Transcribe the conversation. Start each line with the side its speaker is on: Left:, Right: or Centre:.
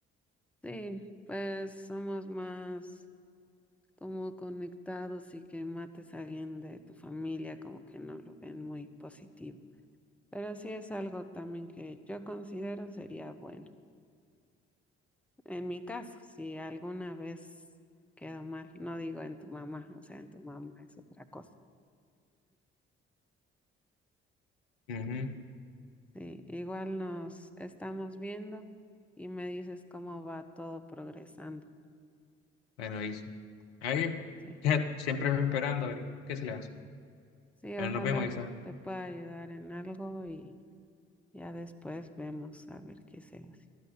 Centre: Sí, pues somos más como conectados y que mates a alguien de tu familia como que no lo ven muy positivo. Pero sí es algo también que yo considero sería bueno. En mi caso, si alguna vez quedó mal, no digo en tu mamá, o sea, en tu mamá es otra cosa.
Left: Ujú.
Centre: Sí, igual nos estamos viendo y me dices cómo va todo progresando.
Left: Bueno, Isa. Ahí,
Centre: Sí,
Left: <laughs> siempre esperando, pero ¿qué se le hace?
Centre: sí,
Left: Bueno,
Centre: ojalá
Left: nos vemos, Isa.
Centre: te pueda ayudar en algo y... Ya después vemos a ver qué se hace.